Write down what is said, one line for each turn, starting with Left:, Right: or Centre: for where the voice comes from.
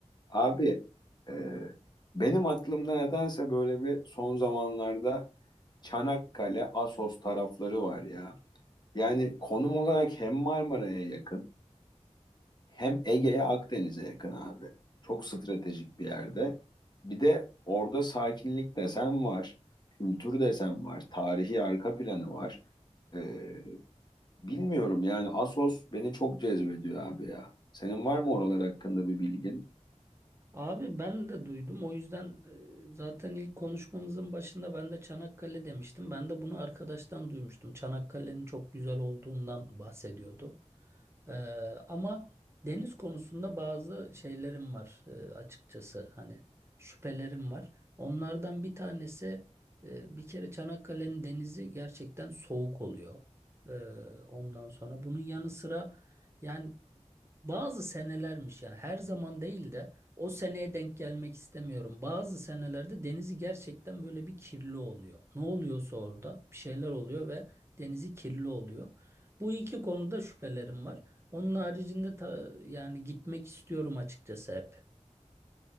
Left: Abi e, benim aklımda nedense böyle bir son zamanlarda Çanakkale, Assos tarafları var ya. Yani konum olarak hem Marmara'ya yakın hem Ege'ye, Akdeniz'e yakın abi. Çok stratejik bir yerde. Bir de orada sakinlik desen var, kültür desen var, tarihi arka planı var. E, Bilmiyorum yani Asos beni çok cezbediyor abi ya. Senin var mı oralar hakkında bir bilgin?
Right: Abi ben de duydum. O yüzden e, zaten ilk konuşmamızın başında ben de Çanakkale demiştim. Ben de bunu arkadaştan duymuştum. Çanakkale'nin çok güzel olduğundan bahsediyordu. Ee, ama deniz konusunda bazı şeylerim var e, açıkçası. Hani şüphelerim var. Onlardan bir tanesi e, bir kere Çanakkale'nin denizi gerçekten soğuk oluyor. Ee, ondan sonra bunun yanı sıra yani bazı senelermiş yani her zaman değil de. O seneye denk gelmek istemiyorum. Bazı senelerde denizi gerçekten böyle bir kirli oluyor. Ne oluyorsa orada bir şeyler oluyor ve denizi kirli oluyor. Bu iki konuda şüphelerim var. Onun haricinde ta- yani gitmek istiyorum açıkçası hep.